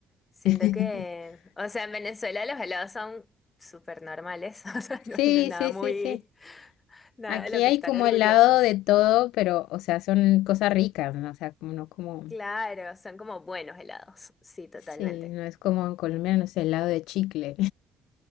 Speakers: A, on the left; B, on the left.
A: Siento
B: <laughs>
A: que, o sea, en Venezuela los helados son súper normales, <laughs> o sea, no
B: Sí,
A: no nada
B: sí,
A: muy,
B: sí, sí.
A: nada
B: Aquí
A: de lo que
B: hay
A: estar
B: como
A: orgullosos.
B: helado de todo, pero, o sea, son cosas ricas, ¿no? O sea, como no como...
A: Claro, son como buenos helados, sí, totalmente.
B: Sí, no es como en Colombia, no sé, helado de chicle.